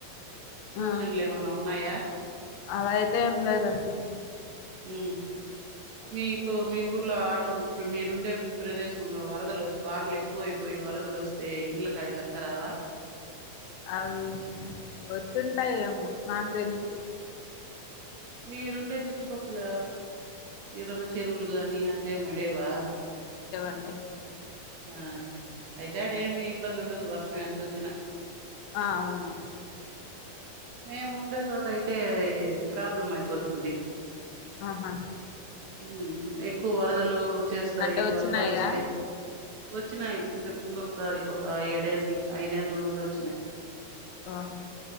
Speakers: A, on the right; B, on the left.
A: సూచనలు
B: ఆ
A: ఏమన్నా ఉన్నాయా
B: అలా అయితే ఏం లేదండి
A: హ్మ్ మీకు మీ ఊర్లో ఆడు ఇప్పుడు మీరుండే ప్రదేశంలో వరదలు వానలు ఎక్కువైపోయి వరదలు వస్తే ఇండ్ల కాడికి అంత రావా
B: అవి వచ్చుంటాయేమో నాకు తెలిసి
A: మీరుండే చుట్టుపక్కల ఇరన్న చెరువులు గాని అట్లా ఏమ లేవా
B: డి
A: ఆ అయితే అడ ఏమి ఇబ్బంది ఉండదు వర్షం ఎంతొచ్చినా
B: ఆ అవును
A: మేము ఉండే చోట అయితే ప్రాబ్లం అయిపోతుంది
B: ఆహా
A: హ్మ్ ఎ కో వరదలు చేస్తాయి
B: అంటే వచ్చినాయా
A: వర్షాలు వస్తే వచ్చినాయి ఇంతకు ముందు సారీ ఒక ఏడేం ఐదేండ్ల ముందు వచ్చినాయి
B: ఆహా